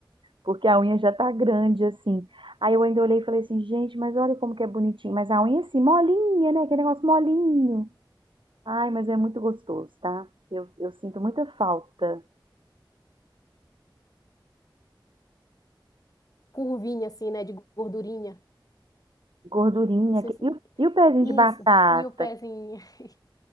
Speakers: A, on the right; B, on the left.
A: porque a unha já tá grande assim. Aí eu ainda olhei e falei assim, gente, mas olha como que é bonitinho, mas a unha assim, molinha, né? Aquele negócio molinho. Ai, mas é muito gostoso, tá? Eu, eu sinto muita falta.
B: Curvinha assim, né? De gordurinha.
A: Gordurinha.
B: Não sei
A: que-
B: se
A: E o, e o pezinho
B: Isso,
A: de batata?
B: e o pezinho. <laughs>